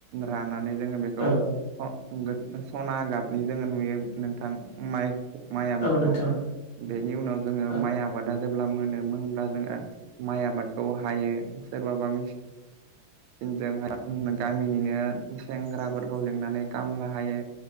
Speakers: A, on the right (about 80°); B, on the left (about 80°).
A: रानानै जोङो बेखौ
B: औ
A: स गो सना गाबनि जोङो नुयो नोंथां माइखौ माइ आबादखौ
B: औ नोंथां
A: बेनि उनाव जोङो
B: औ
A: माइ आबादा जेब्ला मोनो मोनब्ला जोङो माइ आबादखौ हायो सोरबाबा मिच जों जों गामिनिनो सेंग्राफोरखौ लिंनानै कामला हायो